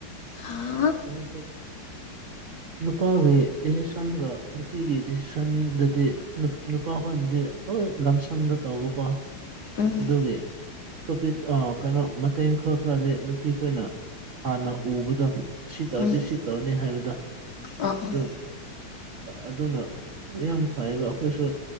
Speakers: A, on the left; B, on the right.
A: ꯍꯥꯥ
B: <unintelligible> ꯅꯨꯄꯥꯒꯤ ꯗꯤꯁꯤꯁꯟꯒ ꯅꯨꯄꯤꯒꯤ ꯗꯤꯁꯤꯁꯟꯗꯗꯤ ꯅꯨꯄꯥ ꯈꯣꯏꯅꯗꯤ ꯂꯣꯏ ꯂꯝꯁꯝꯗ ꯇꯧꯕꯀꯣ
A: ꯎꯝ
B: ꯑꯗꯨꯒꯤ ꯇꯣꯄꯤꯛ ꯀꯩꯅꯣ ꯃꯇꯦꯡ ꯈꯔ ꯈꯔꯗꯤ ꯅꯨꯄꯤꯈꯅ ꯍꯥꯟꯅ ꯎꯕꯗꯣ ꯑꯁꯤ ꯇꯧꯔꯗꯤ
A: ꯎꯝ
B: ꯁꯤ ꯇꯧꯔꯅꯤ ꯍꯥꯏꯕꯗ
A: ꯑꯥ ꯎꯝ
B: ꯑꯗꯨ꯫ ꯑꯗꯨꯅ ꯌꯥꯝ ꯐꯩꯕ ꯑꯈꯣꯏꯁꯨ